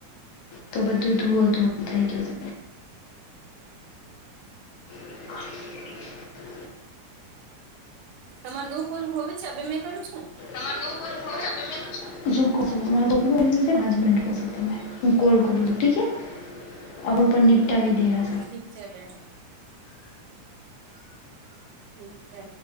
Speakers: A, on the left; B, on the right.
A: તો બધું ધુવો ધુ થઈ ગયો હસે. <inaudible>
B: તમાર દોઉ કોલ હોવે છે હવે મેં કરું છું.
A: <unintelligible> <unintelligible> આપડું પણ નિપટાવી દેવા.
B: ઠીક છે બેન ઠીક છે.